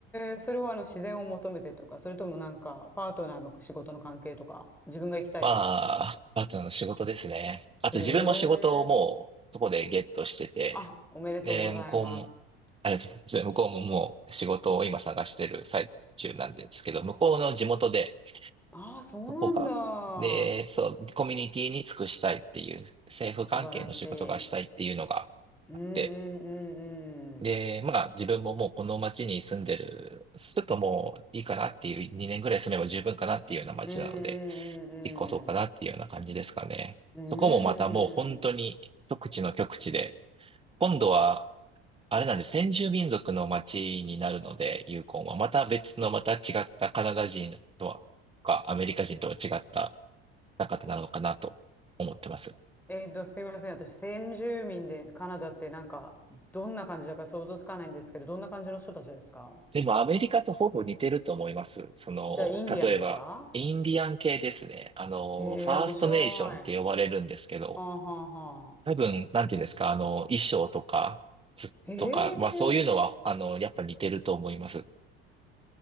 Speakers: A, in the centre; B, on the right.
A: え、それはあの自然を求めてとか、それともなんかパートナーの仕事の関係とか、自分が行きたいとか。
B: まあ、あとの仕事ですね。あと自分も仕事をもうそこでゲットしてて、
A: へえ。あ、おめでとうございます。
B: で、向こうも、ありがとうございます。向こうももう仕事を今探してる最中なんですけど、向こうの地元で、
A: ああ、そうなんだ。
B: そこが、で、そう、コミュニティに尽くしたいっていう、政府関係の仕事がしたいっていうのがあって、
A: 素晴らしい。うんうんうんうん。
B: で、まあ自分ももうこの町に住んでる、ちょっともういいかなっていう、2年ぐらい住めば十分かなっていうような町なので、
A: うんうん
B: 引っ越そうかなっていうような感じですかね。
A: うんうん。
B: そこもまたもう本当に極地の極地で、
A: うん。
B: 今度は、あれなんで、先住民族の町になるので、ユーコンは。また別の、また違ったカナダ人とは、か、アメリカ人とは違った方なのかなと思ってます。
A: えっと、すいません。私、先住民でカナダってなんか、どんな感じだか想像つかないんですけど、どんな感じの人たちですか
B: でもアメリカとほぼ似てると思います。その、
A: じゃあ、インディアンとか
B: 例えば、インディアン系ですね。あの、
A: へえ、
B: ファーストネーションって呼ばれるんですけど、
A: 面白い。はあはあはあ。
B: 多分、なんていうんですか、あの、衣装とか、靴とか、
A: へえ。
B: まあそういうのは、あの、やっぱ似てると思います。